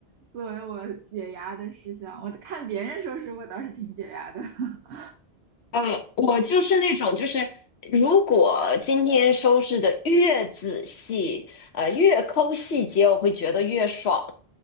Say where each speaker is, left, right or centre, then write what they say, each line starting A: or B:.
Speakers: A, on the right; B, on the left.
A: 作为我解压的事项，我看别人收拾我倒是挺解压的。<laughs>
B: 嗯，我就是那种，就是如果今天收拾的越仔细，呃，越抠细节，我会觉得越爽，